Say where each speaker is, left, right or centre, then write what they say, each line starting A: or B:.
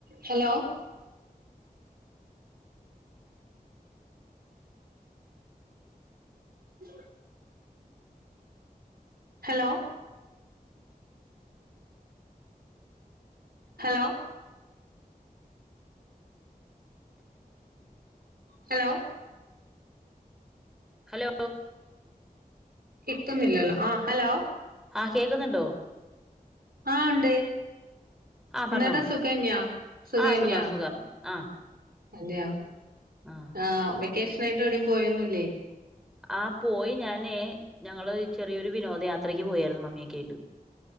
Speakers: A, on the right (about 85°); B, in the centre.
A: Hello <unintelligible> hello hello hello
B: hello
A: കിട്ടുന്നില്ലല്ലോ ആഹ് ഹലോ.
B: ആഹ് കേക്കുന്നുണ്ടോ?
A: ആഹ് ഉണ്ട്.
B: ആ
A: എന്നാടാ
B: പറഞ്ഞോളൂ
A: സുകന്യാ, സുകന്യാ
B: ആ സുഖം സുഖം ആ
A: അതെയോ?
B: ആ
A: ആഹ് വെക്കേഷനായിട്ട് എവിടെയും പോയൊന്നുല്ലേ?
B: ആഹ് പോയി ഞാനേ ഞങ്ങള് ചെറിയൊരു വിനോദയാത്രക്ക് പോയായിരുന്നു മമ്മിയൊക്കെ ആയിട്ട്.